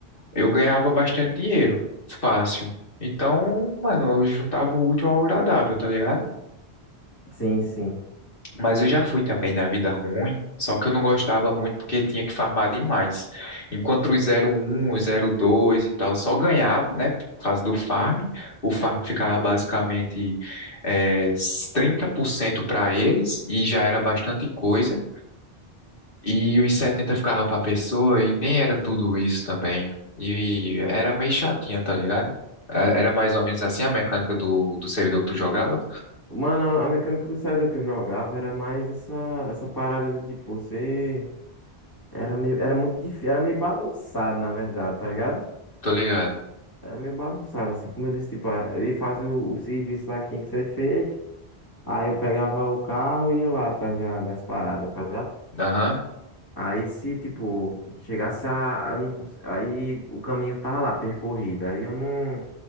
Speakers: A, on the left; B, on the left.
A: eu ganhava bastante dinheiro, fácil. Então, mano, eu juntava o útil ao agradável, tá ligado?
B: Sim, sim.
A: Mas eu já fui também da vida ruim, só que eu não gostava muito porque tinha que farmar demais. Enquanto o zero um, o zero dois e tal só ganhava, né, por causa do farm, o farm ficava basicamente eh, 30% para eles e já era bastante coisa. E os 70 ficava pra pessoa e nem era tudo isso também. E era meio chatinha, tá ligado? É, Era mais ou menos assim a mecânica do, do servidor que tu jogava.
B: Mano, a mecânica do servidor que eu jogava era mais essa, essa parada de tipo, você era meio, era muito difícil, era meio bagunçado, na verdade, tá ligado?
A: Tô ligado.
B: Era meio bagunçado, assim, como eu disse, tipo, ah, eu ia fazer o, o serviço lá que tinha que ser feito. Aí eu pegava o carro e ia lá atrás da- das paradas, tá ligado?
A: Aham.
B: Aí se, tipo, chegasse a, eu não, cons- aí o caminho tava lá, percorrido. Aí eu não.